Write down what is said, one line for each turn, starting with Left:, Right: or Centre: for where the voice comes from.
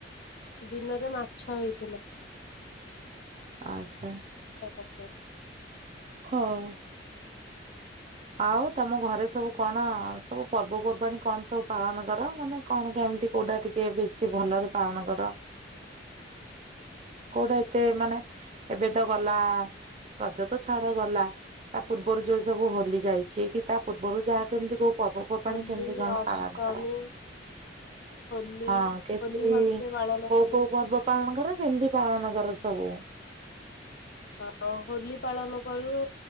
Left: ଦୀନରେ ମାଛ ହେଇଥିଲା ।
Right: ଆଛା ।
Left: <unintelligible>
Right: ହଁ । ଆଉ ତମ ଘରେ ସବୁ କଣ ସବୁ ପର୍ବପର୍ବାଣିୀ କଣ ସବୁ ପାଳନ କର, ମାନେ କଣ କେମିତି, କୋଉଟା ଟିକେ ବେଶୀ ଭଲରେ ପାଳନ କର, କୋଉଟା ଏତେ ମାନେ । ଏବେ ତ ଗଲା ରଜ ତ ଛାଡ଼, ଗଲା ତା ପୂର୍ବରୁ ଯୋଉ ସବୁ ହୋଲି ଯାଇଛି କି ତା ପୂର୍ବରୁ ଯାହା, କେମିତି କୋଉ ପର୍ବପର୍ବାଣି
Left: ହୋଲି
Right: କେମିତି କଣ
Left: ଅଷ୍ଟମୀ
Right: ପାଳନ କର,
Left: ହୋଲି
Right: ହଁ, କେମିତି
Left: ହୋଲି ଭଲସେ ପାଳନ
Right: କୋଉ
Left: କରୁ
Right: କୋଉ ପର୍ବ ପାଳନ କର? ଏମିତି ପାଳନ କର, ସବୁ
Left: ହଁ, ହୋଲି ପାଳନ କରୁ,